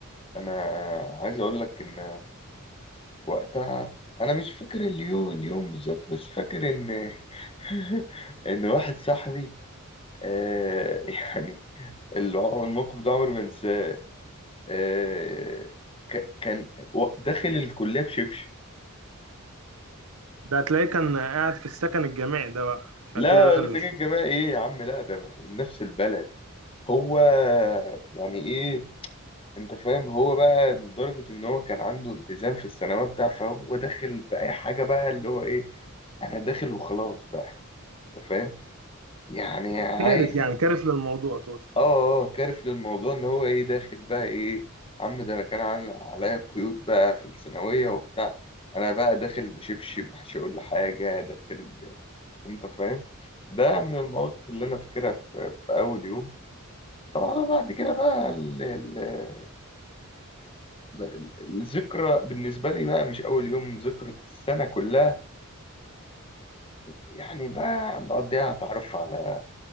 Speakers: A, on the left (about 25°); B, on the right (about 85°).
A: انا عايز اقول لك ان وقتها انا مش فاكر اليوم اليوم بالظبط بس فاكر ان <laughs> ان واحد صاحبي آه <laughs> يعني اللي هو الموقف ده عمري ما انساه آه ك- كان و- داخل الكليه بشبشب
B: ده هتلاقيه كان قاعد في السكن الجامعي ده بقى عشان
A: لا
B: كده دخل
A: ولا ساكن
B: بالشركة
A: جماعي ايه يا عم لا ده من نفس البلد هو يعني ايه انت فاهم هو بقى لدرجة ان هو كان عنده التزام في الثانوية بتاع فهو داخل بأي حاجة بقى اللي هو ايه انا داخل وخلاص بقى انت فاهم يعني عايز
B: كارف يعني كارف للموضوع تقصد
A: اه اه كارف للموضوع ان هو ايه داخل بقى ايه عم ده انا كان عن- عليا قيود بقى في الثانوية وبتاع انا بقى داخل بشبشب مش هقول لحاجة داخل ب... انت فاهم ده من المواقف اللي انا فاكرها في, في اول يوم طبعا بعد كده بقى ال... ال... ب- الذكرى بالنسبة لي بقى مش أول يوم ذكرى السنة كلها يعني بقى مقضيها أتعرف على